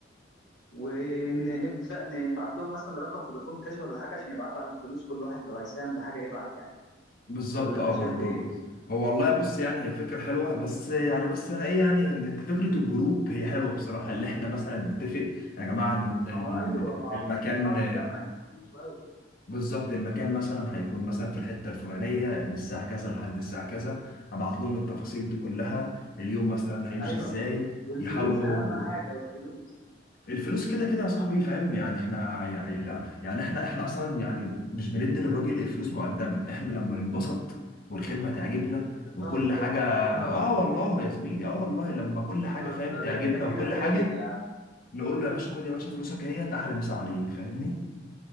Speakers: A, on the left (about 80°); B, on the left (about 50°).
A: ونبدا نبعت لهم مثلا رقم فودافون كاش ولا حاجه عشان يبعتوا على الفلوس كل واحد لو هيساهم بحاجه يبعت يعني
B: بالظبط
A: ولا انت
B: اه
A: شايف
B: برضه
A: ايه
B: هو والله بص يعني هي فكرة حلوة بس يعني بس انا ايه يعني اللي انت فكرة الجروب هي حلوة بصراحة اللي احنا مثلا نتفق يا جماعة الم- ال-
A: ما هو ايوه ما
B: المكان
A: احنا مش هنقعد نجمع الناس كل شويه
B: بالظبط المكان مثلا هيكون مثلا في الحتة الفلانية من الساعة كذا لحد الساعة كذا ابعت لهم التفاصيل دي كلها اليوم مثلا هيمشي
A: ايوه
B: ازاي
A: والفلوس
B: يحاولوا
A: اهم حاجه والفلوس
B: الفلوس كده كده يا صاحبي فاهم يعني احنا يعني, يعني يعني احنا احنا اصلا يعني مش بندي للراجل الفلوس مقدما احنا لما ننبسط والخدمه تعجبنا
A: بتهزر
B: وكل حاجه
A: بتهزر
B: اه والله يا زميلي اه والله لما كل
A: بتهزر
B: حاجه فاهم تعجبنا
A: ده انت
B: وكل
A: كده رايق
B: حاجه
A: يا عم
B: نقول له يا باشا خد يا باشا فلوسك اهيت احلى مسا عليك فاهمني